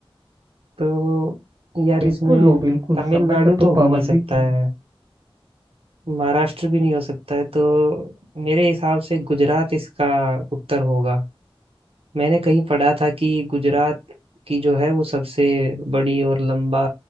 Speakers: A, on the right; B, on the right.
A: तो यार
B: बिल्कुल
A: इसमें
B: लो बिल्कुल
A: तमिलनाडु
B: समय का तो
A: तो हो
B: पाबंदी
A: नहीं सकता
B: नहीं।
A: है महाराष्ट्र भी नहीं हो सकता है तो मेरे हिसाब से गुजरात इसका उत्तर होगा मैंने कहीं पढ़ा था कि गुजरात की जो है वो सबसे बड़ी और लंबा